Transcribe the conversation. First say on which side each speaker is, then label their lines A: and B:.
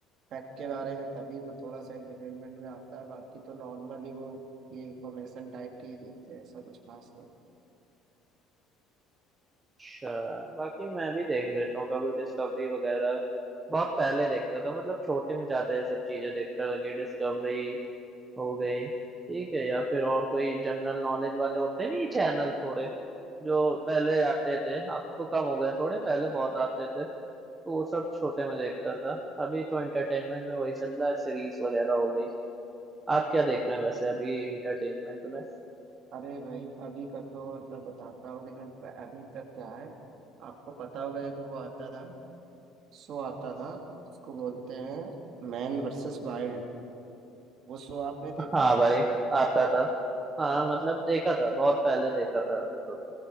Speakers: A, on the right (about 50°); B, on the right (about 20°).
A: फैक्ट के बारे में तभी वो थोड़ा सा एंटरटेनमेंट में आता है बाकी तो नॉर्मली वो ये इंफॉर्मेशन टाइप की ही देते हैं ऐसा कुछ खास नहीं
B: अच्छा बाकी मैं भी देख लेता हूँ कभी डिस्कवरी वगैरह बहुत पहले देखता था मतलब छोटे में ज्यादा ये सब चीजें देखता था कि डिस्कवरी हो गई ठीक है या फिर और कोई जनरल नॉलेज वाले होते नहीं चैनल थोड़े जो पहले आते थे अब तो कम हो गए थोड़े पहले बहुत आते थे तो वो सब छोटे में देखता था अभी तो एंटरटेनमेंट में वही चल रहा है सीरीज वगैरह हो गई
A: बट
B: आप क्या देख रहे हैं वैसे अभी एंटरटेनमेंट में
A: अरे भाई अभी का तो मतलब बताता हूँ लेकिन अभी तक क्या है आपको पता होगा एक वो आता था शो आता था इसको बोलते हैं मैन वर्सेस वाइल्ड वो शो आपने देखा
B: <laughs> हाँ भाई आता था हाँ मतलब देखा था बहुत पहले देखा था अभी तो